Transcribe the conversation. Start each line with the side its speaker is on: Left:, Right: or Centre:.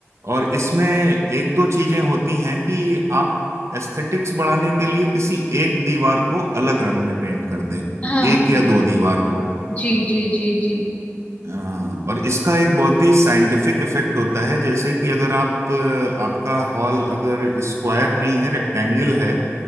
Right: और इसमें एक दो चीजें होती हैं कि आप एस्थेटिक्स बढ़ाने के लिए किसी एक दीवार को अलग रंग में पेंट कर दें
Left: हाँ
Right: एक या दो दीवार को
Left: जी जी जी जी
Right: अ, और इसका एक बहुत ही साइंटिफिक इफेक्ट होता है जैसे कि अगर आप अ, आपका हॉल अगर स्क्वायर नहीं है रेक्टेंगल है